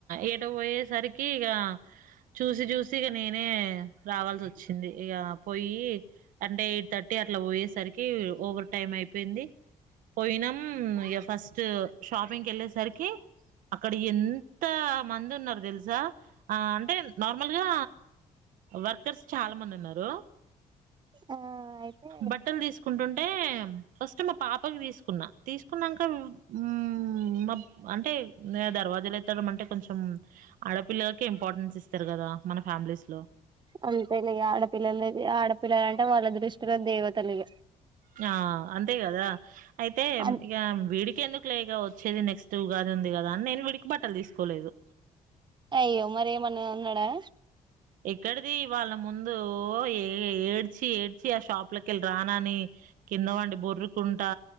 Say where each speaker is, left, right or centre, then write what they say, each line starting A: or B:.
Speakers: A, on the right; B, on the right.
A: ఏటో పోయేసరికి ఇగ చూసి చూసి ఇగ నేను నే రావాల్సి వచ్చింది ఇక పోయి అంటే ఎయిట్ థర్టీ అట్లా పోయేసరికి ఓవర్ టైమ్ అయిపోయింది పోయినాం ఇక ఫస్ట్ షాపింగ్ కి వెళ్ళేసరికి అక్కడ్ ఎంత మంది ఉన్నారు తెలుసా ఆ అంటే నార్మల్గా వర్కర్స్ చాలా మంది ఉన్నారు
B: ఆ అయితే
A: బట్టలు తీసుకుంటుంటే చూన్ మా పాపకి తీసుకున్నా తీసుకున్నాక ఆమ్ మా అంటే నే దర్వాజాలు ఎత్తడం అంటే కొంచెం ఆడపిల్లలకే ఇంపార్టెన్స్ ఇస్తారు కదా మన ఫ్యామిలీస్ లో
B: అంతేలే ఆడపిల్లలది ఆడపిల్లలంటే వాళ్ళ దృష్టిలో దేవతలు ఇగ
A: నా అంతే కదా అయితే
B: అన్
A: ఇక వీడికి ఎందుకు క్లేగా వచ్చేది నెక్స్ట్ ఉగాది ఉంది కదా అని నేను వీడికి బట్టలు తీసుకోలేదు
B: అయ్యో మరి ఏమన్నా ఉన్నడా
A: ఎక్కడిది వాళ్ళ ముందు ఓ ఏ ఏడ్చి ఏడ్చి ఆ షాప్ పులకెళ్ళి రానని కింద వండి బొర్రుకుంటా